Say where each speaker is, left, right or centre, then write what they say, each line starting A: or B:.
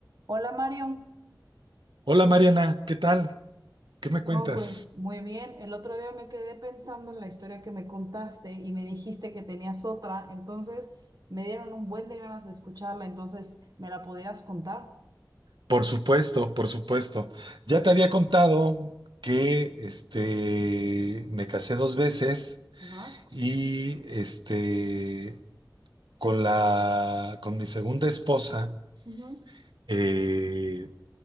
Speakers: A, on the right (about 60°); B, on the right (about 80°).
A: Hola Mario,
B: Hola Mariana, ¿qué tal? ¿Qué me
A: no,
B: cuentas?
A: pues muy bien. El otro día me quedé pensando en la historia que me contaste y me dijiste que tenías otra, entonces me dieron un buen de ganas de escucharla, entonces ¿me la pudieras contar?
B: Por supuesto, por supuesto. Ya te había contado que este me casé dos veces
A: Ajá,
B: y este con la con mi segunda esposa
A: ujú,
B: eh,